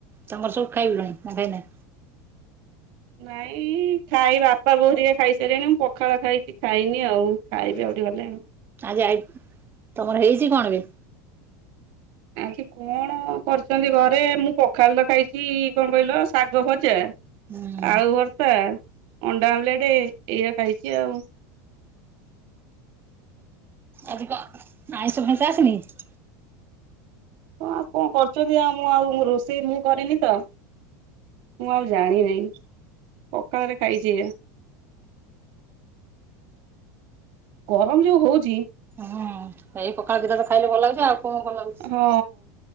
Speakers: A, on the right; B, on the right.
A: ତିଙ୍କର ସବୁ ଖାଇବେଣି ନା ଖାଇନାଁଇଁ?
B: ନାଇଁ-ଇ ଖାଇ ବାପା ବୋଉ ହରିକା ଖାଇସାଇଲେଣି ମୁଁ ପଖାଳ ଖାଇଛି ଖାଇନି ଆଉ ଖାଇବି ଆଉ ଟିକେ ଗଲେ ଆଉ।
A: ଆଜି ଆଇ ତମର ହେଇଛି କଣ ବେ?
B: ଆଜି କଣ କରିଛନ୍ତି ଘରେ ମୁଁ ପଖାଳ ତ ଖାଇଚି-ଇ କଁ କଇଲ ଶାଗ ଭଜା
A: ହୁଁ
B: ଆଳୁ ଭର୍ତା, ଅଣ୍ଡା ଆମ୍ୱଲେଟ ଏଇଆ ଖାଇଚି ଆଉ।
A: ଆଜି କଁ ଆଇଁଷ ଫାଇଁଶ ଆସନିକି?
B: ହଁ ଆଉ କଁ କରୁଚନ୍ତି ଆଉ ମୁଁ ଆଉ ରୋଷେଇ ମୁଁ କରିନି ତ ମୁଁ ଆଉ ଜାଣିନେଇଁ ପଖାଳରେ ଖାଇଚି ଏଇଆ। ଗରମ ଯୋଉ ହଉଚି।
A: ହଁ ଏଇ ପଖାଳ ଦିଟା ତ ଖାଇଲେ ଭଲ ଲାଗୁଛି ଆଉ କଁ ଭଲ ଲାଗୁଛି?
B: ହଁ